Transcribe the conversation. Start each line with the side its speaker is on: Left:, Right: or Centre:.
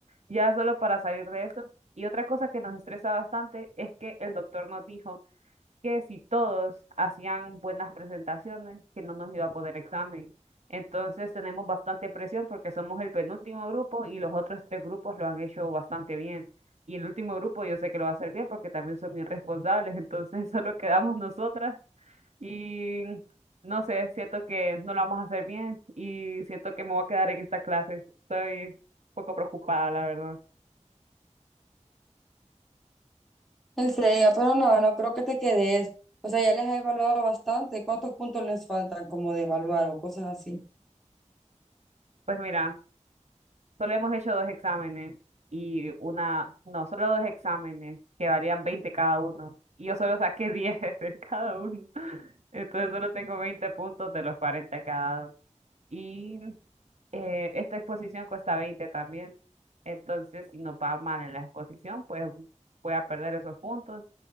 Right: ya solo para salir de eso. Y otra cosa que nos estresa bastante es que el doctor nos dijo que si todos hacían buenas presentaciones, que no nos iba a poner examen. Entonces tenemos bastante presión porque somos el penúltimo grupo y los otros tres grupos lo han hecho bastante bien. Y el último grupo yo sé que lo va a hacer bien porque también son bien responsables. <laughs> Entonces solo quedamos nosotras y no sé, siento que no lo vamos a hacer bien y siento que me voy a quedar en esta clase. Estoy un poco preocupada, la verdad.
Centre: En serio, pero no, no creo que te quedes. O sea, ya les he evaluado bastante. ¿Cuántos puntos les faltan como de evaluar o cosas así?
Right: Pues mira, Solo hemos hecho dos exámenes y una, no, solo dos exámenes que valían 20 cada uno. Y yo solo saqué <laughs> 10 en cada uno. <laughs> Entonces solo tengo 20 puntos de los 40 cada. Y eh, esta exposición cuesta 20 también. Entonces, si nos va mal en la exposición, pues voy a perder esos puntos.